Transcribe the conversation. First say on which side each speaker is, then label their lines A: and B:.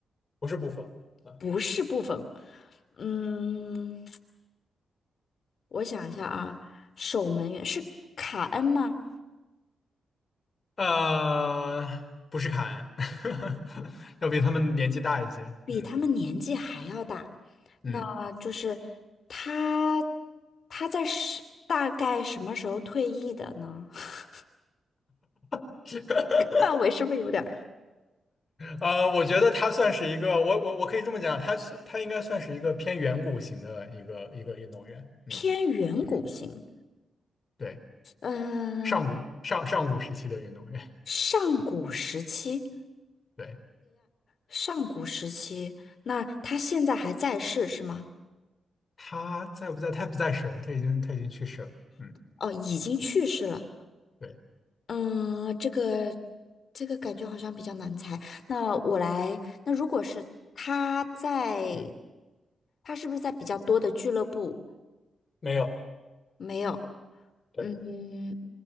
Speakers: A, on the left; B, on the left.
A: 不是布冯啊，
B: 不是部分，嗯，我想一下啊，守门员是卡恩吗？
A: 呃，不是凯恩，<laughs> 要比他们年纪大一些。
B: 比他们年纪还要大，
A: 嗯嗯。
B: 那就是他，他在是大概什么时候退役的呢？<laughs>
A: <laughs>
B: 范围是不是有点儿
A: 呃，我觉得他算是一个，我我我可以这么讲，他算它应该算是一个偏远古型的一个一个运动员。嗯
B: 偏远古型？
A: 嗯，对，
B: 嗯，
A: 上古上上古时期的运动员。
B: 上古时期，
A: 对，
B: 上古时期，那他现在还在世是吗？
A: 他在不在？他不在世了，他已经他已经去世了。嗯，
B: 哦，已经去世了。
A: 对，
B: 嗯，这个这个感觉好像比较难猜。那我来，那如果是他在，
A: 嗯，
B: 他是不是在比较多的俱乐部？
A: 没有，
B: 没有。
A: 对，
B: 嗯，